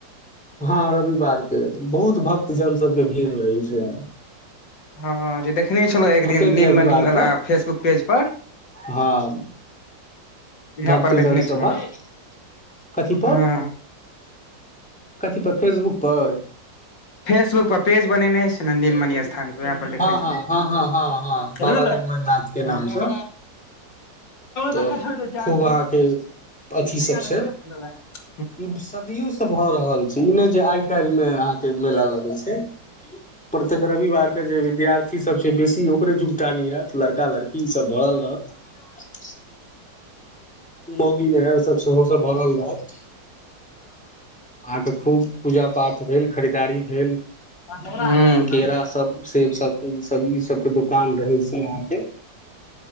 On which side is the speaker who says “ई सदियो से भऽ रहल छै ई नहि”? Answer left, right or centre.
Centre